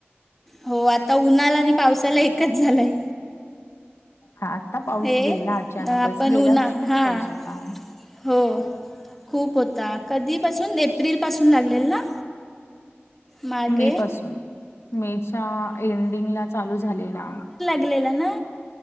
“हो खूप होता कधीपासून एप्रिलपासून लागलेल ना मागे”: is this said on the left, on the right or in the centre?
Centre